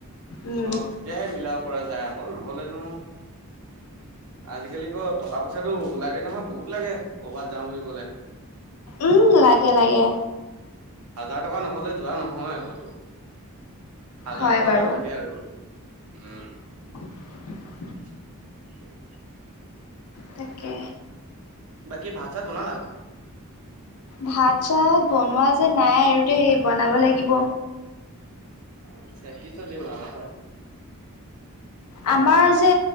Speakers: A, on the left (about 80°); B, on the right (about 70°).
A: উম।
B: অ তেতিয়াহে মিলাব পৰা যায় আকৌ ন। হলেনো আজিকালি ক টকা পইচা- চাটো লাগে নহয় বহুত লাগে ক'ৰবাত যাওঁ বুলি ক'লে।
A: উম লাগে লাগে।
B: হাজাৰ টকা নহলে যোৱা নহয় আকতো হাজাৰ
A: হয়
B: টকা
A: বাৰু
B: এটা লাগে আৰু উম।
A: <unintelligible>
B: <unintelligible>
A: তাকে।
B: বাকী ভাত চাত বনালা
A: ভাত চাত- বনোৱা যে নাই আৰু দেই বনাব লাগিব।
B: আচ্ছা কি চবজি বনালা হয়?
A: আমাৰ যে